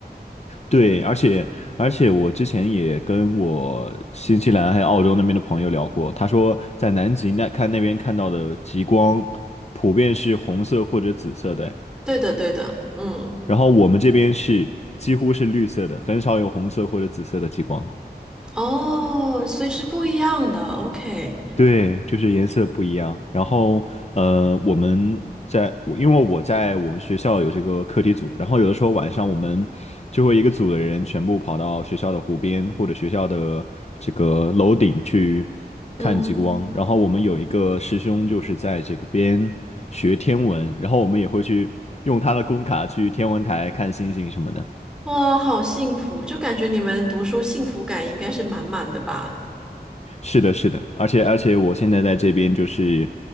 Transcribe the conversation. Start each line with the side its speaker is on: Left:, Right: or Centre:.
Left: 对，而且而且我之前也跟我新西兰还有澳洲那边的朋友聊过，他说在南极那看那边看到的极光，普遍是红色或者紫色的，
Centre: 对的，对的，嗯，
Left: 然后我们这边是几乎是绿色的，很少有红色或者紫色的极光。
Centre: 哦，所以是不一样的。OK，
Left: 对，就是颜色不一样。然后，呃，我们在，我因为我在我们学校有这个课题组，然后有的时候晚上我们就会一个组的人全部跑到学校的湖边或者学校的这个楼顶去
Centre: 嗯。
Left: 看极光。然后我们有一个师兄就是在这个边学天文，然后我们也会去用他的工卡去天文台看星星什么的。
Centre: 哇，好幸福，就感觉你们读书幸福感应该是满满的吧？
Left: 是的，是的，而且而且我现在在这边就是